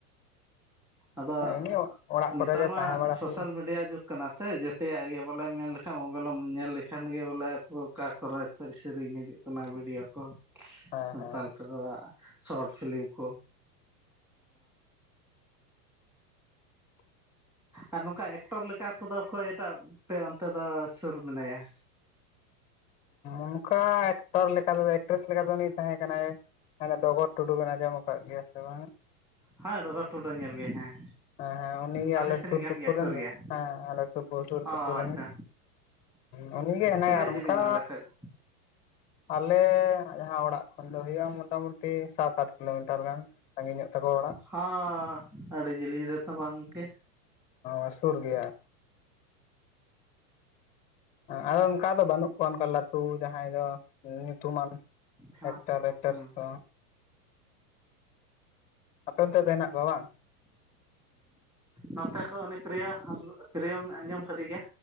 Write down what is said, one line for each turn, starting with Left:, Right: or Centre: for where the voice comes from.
Centre: ᱟᱫᱚ
Left: ᱮᱢᱱᱤ ᱚᱲᱟᱜ
Centre: ᱱᱮᱛᱟᱨ
Left: ᱠᱚᱨᱮ ᱜᱮ
Centre: ᱢᱟ
Left: ᱛᱟᱦᱮᱸ ᱵᱟᱲᱟ
Centre: ᱥᱳᱥᱟᱞ
Left: ᱦᱩᱭᱩᱜᱼᱟ
Centre: ᱢᱤᱰᱤᱭᱟ ᱡᱩᱜᱽ ᱠᱟᱱᱟ ᱥᱮ ᱡᱚᱛᱮᱭ ᱟᱜ ᱜᱮ ᱵᱚᱞᱮ ᱢᱮᱱ <unintelligible> <unintelligible> ᱢᱳᱵᱟᱭᱤᱞ ᱮᱢ ᱧᱮᱞ ᱞᱮᱠᱷᱟᱱ ᱜᱮ ᱵᱚᱞᱮ ᱟᱠᱚ ᱚᱠᱟ ᱠᱚᱨᱮ ᱠᱷᱚᱱ ᱥᱮᱨᱮᱧ ᱦᱤᱡᱩᱜ ᱠᱟᱱᱟ ᱵᱷᱤᱰᱭᱳ ᱠᱚ
Left: ᱦᱮᱸ
Centre: ᱥᱟᱱᱛᱟᱞ
Left: ᱦᱮᱸ
Centre: ᱠᱚᱫᱚᱣ ᱟᱜ ᱥᱚᱨᱚᱴ ᱯᱷᱤᱞᱤᱢ ᱠᱚ
Left: <inaudible>
Centre: ᱟᱨ ᱱᱚᱝᱠᱟ ᱮᱠᱴᱚᱨ ᱞᱮᱠᱟ ᱠᱚᱫᱚ ᱚᱠᱚᱭ ᱴᱟᱜ ᱟᱯᱮ ᱚᱱᱛᱮ ᱫᱚ ᱥᱩᱨ ᱢᱮᱱᱟᱭᱼᱟ
Left: ᱚᱱᱠᱟ ᱮᱠᱴᱚᱨ ᱞᱮᱠᱟ ᱫᱚ ᱮᱠᱴᱨᱮᱥ ᱞᱮᱠᱟ ᱫᱚ ᱩᱱᱤ ᱛᱟᱦᱮᱸ ᱠᱟᱱᱟᱭ ᱰᱚᱜᱚᱨ ᱴᱩᱰᱩ ᱵᱮᱱ ᱟᱸᱡᱚᱢ ᱟᱠᱟᱫ ᱜᱮᱭᱟ ᱥᱮ ᱵᱟᱝ
Centre: ᱦᱮᱸ ᱰᱚᱜᱚᱨ ᱴᱩᱰᱩ ᱧᱮᱞ ᱜᱮ ᱦᱮᱸ
Left: ᱦᱮᱸ ᱦᱮᱸ ᱩᱱᱤ ᱜᱮ
Centre: ᱟᱯᱮ
Left: ᱟᱞᱮ
Centre: ᱥᱮᱱᱤᱡ
Left: ᱥᱩᱨ
Centre: ᱠᱟᱱ
Left: ᱥᱩᱯᱩᱨ
Centre: ᱜᱮᱭᱟᱭ
Left: ᱨᱮᱱ
Centre: ᱥᱩᱨ
Left: ᱫᱚ
Centre: ᱜᱮᱭᱟ
Left: ᱦᱮᱸ ᱟᱞᱮ ᱥᱩᱯᱩᱨ ᱥᱩᱨ
Centre: ᱚ
Left: ᱥᱩᱯᱩᱨ ᱨᱮᱱ
Centre: ᱟᱪᱪᱷᱟ
Left: ᱦᱩᱸ ᱦᱩᱸ ᱩᱱᱤ ᱜᱮ ᱦᱮᱱᱟᱭᱟ
Centre: ᱛᱤᱱᱟᱹᱜ
Left: ᱟᱨ
Centre: ᱡᱮᱞᱤᱧ
Left: ᱚᱱᱠᱟ
Centre: ᱚᱸᱰᱮ ᱠᱷᱚᱡ ᱫᱚ
Left: ᱟᱞᱮ ᱡᱟᱦᱟ ᱚᱲᱟᱜ ᱠᱷᱚᱱ ᱫᱚ ᱦᱩᱭᱩᱜᱼᱟ ᱢᱚᱴᱟ ᱢᱩᱴᱤ ᱥᱟᱛ ᱟᱴ ᱠᱤᱞᱳᱢᱤᱴᱟᱨ ᱜᱟᱱ ᱥᱟᱸᱜᱤᱧ ᱚᱜ ᱛᱟᱠᱚᱣᱟ ᱚᱲᱟᱜ
Centre: ᱦᱚ ᱟᱹᱰᱤ ᱡᱤᱞᱤᱧ ᱨᱮ ᱫᱚ ᱵᱟᱝ ᱜᱮ
Left: ᱚ ᱥᱩᱨ ᱜᱮᱭᱟ ᱟᱨ ᱚᱱᱠᱟ ᱫᱚ ᱵᱟᱹᱱᱩᱜ ᱠᱚᱣᱟ ᱚᱱᱠᱟ ᱞᱟᱹᱴᱩ ᱡᱟᱦᱟᱸᱭ ᱫᱚ ᱧᱩᱛᱩ ᱢᱟᱱ
Centre: ᱯᱷᱮᱢᱟᱥ
Left: ᱮᱠᱴᱚᱨ ᱮᱠᱴᱨᱮᱥ
Centre: ᱦᱮᱸ
Left: ᱠᱚ ᱟᱯᱮ ᱚᱱᱛᱮ ᱫᱚ ᱦᱮᱱᱟᱜ ᱠᱚᱣᱟ ᱵᱟᱝ
Centre: ᱱᱚᱛᱮ ᱠᱷᱚᱱ ᱩᱱᱤ ᱯᱨᱤᱭᱚ ᱦᱟᱸᱥ ᱯᱨᱤᱭᱚᱢ ᱟᱸᱡᱚᱢ ᱠᱟᱫᱮ ᱜᱮᱭᱟ